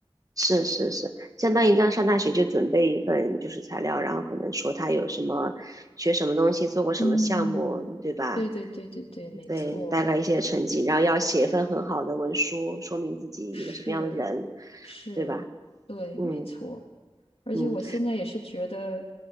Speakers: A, on the right; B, on the left.
A: 是是是，相当于让上大学就准备一份就是材料，然后可能说他有什么学什么东西，做过什么项目，
B: 嗯，
A: 对吧？
B: 对对对对对，没错，
A: 对，大概一些成绩，然后要写一份很好的文书，说明自己一个什么样的人，
B: 是是，
A: 对吧？
B: 对，
A: 嗯
B: 没错。而且我现在也是觉得，
A: 嗯